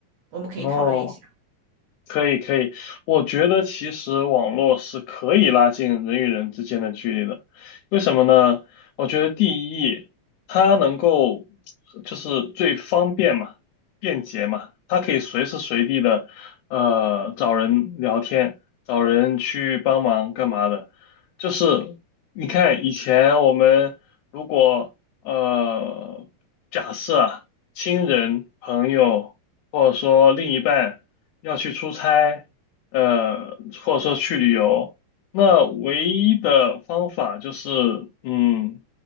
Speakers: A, on the right; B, on the left.
A: 我们可以讨论一下。
B: 哦。可以可以，我觉得其实网络是可以拉近人与人之间的距离的。为什么呢？我觉得第一，它能够就是最方便嘛，便捷嘛，它可以随时随地的呃找人聊天，找人去帮忙干嘛的。就是你看以前我们如果呃假设啊，亲人朋友。或者说另一半要去出差，呃，或者说去旅游，那唯一的方法就是，嗯，